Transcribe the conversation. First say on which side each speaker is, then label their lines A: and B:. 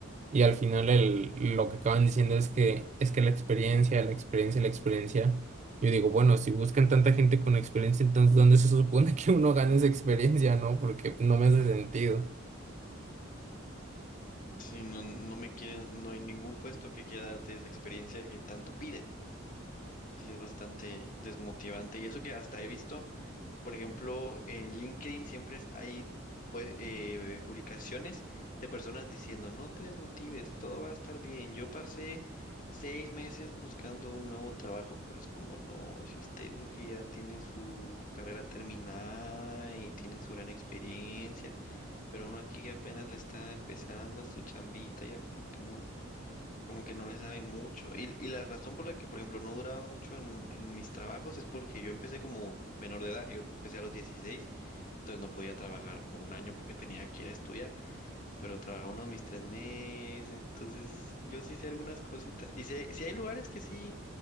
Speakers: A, on the right; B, on the left.
A: Y al final el, lo que acaban diciendo es que es que la experiencia, la experiencia, la experiencia. Yo digo, bueno, si buscan tanta gente con experiencia, entonces ¿dónde se supone que uno gana esa experiencia, no? Porque no me hace sentido.
B: Si no, no me quieren, no hay ningún puesto que quiera darte esa experiencia que tanto piden. Y sí es bastante desmotivante. Y eso que hasta he visto, por ejemplo, en LinkedIn siempre es- hay pues, eh, publicaciones de personas diciendo, no te desmotives, todo va a estar bien. Yo pasé seis meses buscando un nuevo trabajo, pero es como, no, si usted porque ya tiene su carrera terminada y tiene su gran experiencia. Pero uno aquí que apenas le está empezando a su chambita, ya como que no, como que no le sabe mucho. Y, y la razón por la que, por ejemplo, no duraba mucho en, en mis trabajos es porque yo empecé como menor de edad, yo empecé a los 16 entonces no podía trabajar como un año porque tenía que ir a estudiar, pero trabajaba unos mis tres meses, entonces yo sí sé algunas cositas. Y si hay, sí hay lugares que sí,